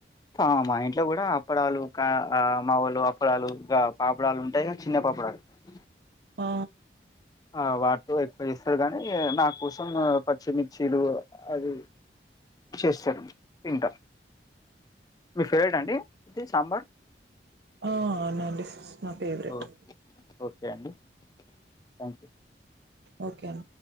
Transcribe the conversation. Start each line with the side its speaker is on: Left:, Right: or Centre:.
Left: అ మా ఇంట్లొ గుడా అప్పడాలు క అ మావోలు పలాలు గ పాపడాలుంటాయ్గ చిన్న పాపడాలు. ఆ
Right: ఆ.
Left: ఆ వాట్తో ఎక్కువ జేస్తర్ గానీ నా కోసమ్ పచ్చిమిర్చీలు. అది చేస్తరు తింట. మీ ఫేవరెట అండి ఇది సాంబార్
Right: ఆ ఆనండి నా పెవరెట్
Left: ఓ ఓకే అండి థ్యాంక్ యూ
Right: ఓకే అం